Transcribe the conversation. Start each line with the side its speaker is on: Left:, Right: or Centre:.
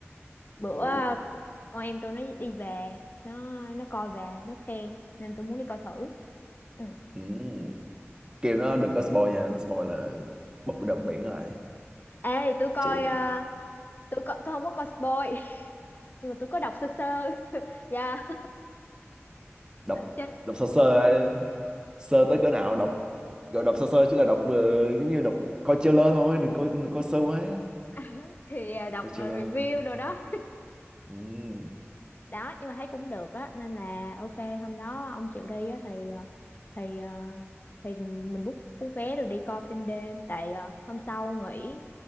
Left: bữa
Right: ừ.
Left: ờ, con em tôi nó đi về nó nó coi về nó khen nên tôi muốn đi coi thử ừ.
Right: Ừ. kêu nó đừng có spoil nha nó spoil là bụp đập miệng lại
Left: ê tôi coi
Right: chị mày
Left: ờ, tôi co- tôi không có coi spoil <laughs> nhưng mà tôi có đọc sơ sơ <laughs> dạ
Right: đọc
Left: trên
Right: đọc sơ sơ ấy. sơ tới cỡ nào đọc gọi đọc sơ sơ chứ là đọc ờ, giống như đọc coi trailer thôi đừng coi đừng coi sơ quá
Left: <laughs> thì à, đọc
Right: coi trailer
Left: à, review
Right: thôi
Left: đồ đó
Right: ừ.
Left: đó nhưng mà thấy cũng được á nên là ok hôm đó ông chịu đi á thì ờ, thì ờ, thì mình book book vé rồi đi coi phim đêm tại ờ, hôm sau nghỉ